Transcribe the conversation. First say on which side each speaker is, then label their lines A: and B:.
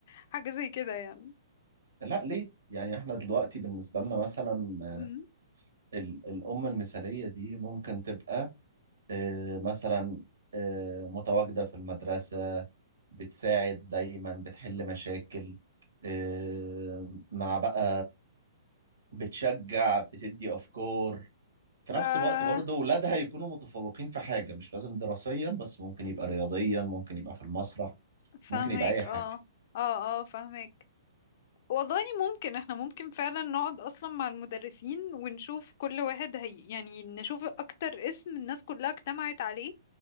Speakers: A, on the left; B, on the right.
A: حاجة زي كده يعني
B: لا ليه يعني احنا دلوقتي بالنسبه لنا مثلا آه،
A: أمم.
B: ال... الام المثاليه دي ممكن تبقى آه مثلا آه متواجده في المدرسه بتساعد دايما بتحل مشاكل آه مع بقى بتشجع بتدي افكار في نفس
A: آه
B: الوقت برضه ولادها يكونوا متفوقين في حاجة مش لازم دراسيا بس ممكن يبقى رياضيا ممكن يبقى في المسرح
A: فاهمك
B: ممكن يبقى أي حاجة
A: اه اه اه فاهمك والله ممكن احنا ممكن فعلا نقعد اصلا مع المدرسين ونشوف كل واحد هي يعني نشوف اكتر اسم الناس كلها اجتمعت عليه